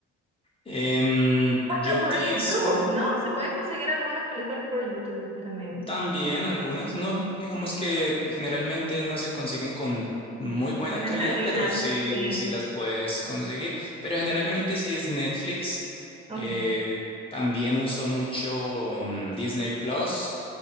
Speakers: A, on the left; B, on the right.
A: Em,
B: hasta
A: yo utilizo
B: por YouTube, ¿no? Se pueden conseguir algunas películas por YouTube también.
A: también algunas, no, digamos que generalmente no se consiguen con muy buena
B: Buena
A: calidad,
B: calidad.
A: pero sí,
B: Sí.
A: sí las puedes conseguir. Pero generalmente sí es Netflix.
B: Ok.
A: Eh, también uso mucho mm, Disney Plus.